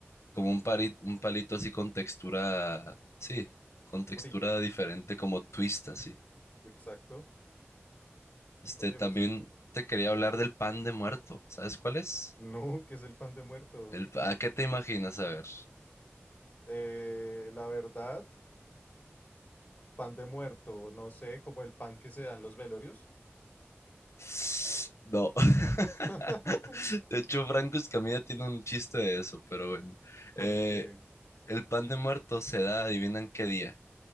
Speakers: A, on the left; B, on the left.
A: como un pari- un palito así con textura, sí, con textura
B: frito.
A: diferente como twist así.
B: exacto.
A: Este,
B: Oye,
A: también
B: pues,
A: te quería hablar del pan de muerto. ¿Sabes cuál es?
B: <laughs> no, ¿qué es el pan de muerto?
A: El, pa- ¿a qué te imaginas? A ver.
B: Eh, la verdad, pan de muerto, no sé, como el pan que se da en los velorios.
A: <sniffs> No. <laughs>
B: <laughs>
A: De hecho, Franco Escamilla tiene un chiste de eso, pero bueno.
B: Porque...
A: Eh, el pan de muerto se da, ¿adivinan qué día?